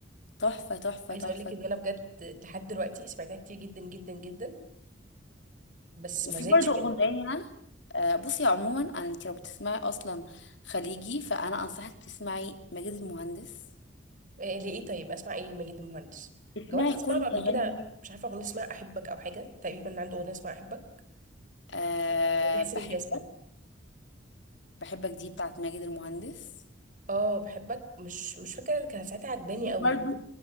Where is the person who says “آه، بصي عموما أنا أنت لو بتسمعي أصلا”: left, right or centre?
Left